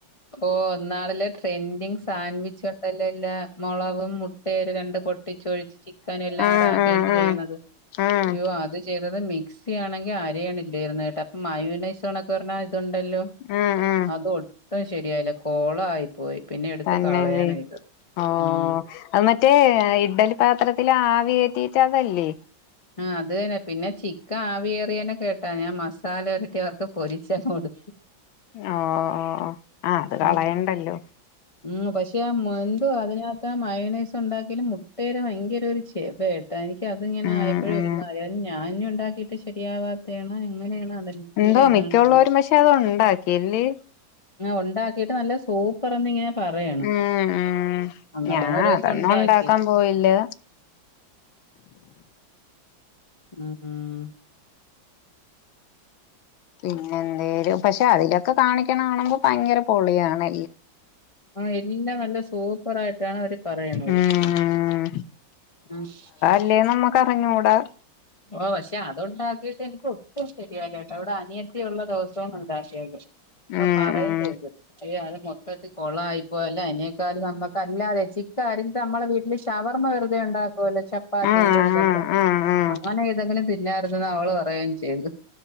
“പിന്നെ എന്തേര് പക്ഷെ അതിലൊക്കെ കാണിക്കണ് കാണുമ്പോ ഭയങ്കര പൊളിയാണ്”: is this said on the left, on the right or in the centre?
Left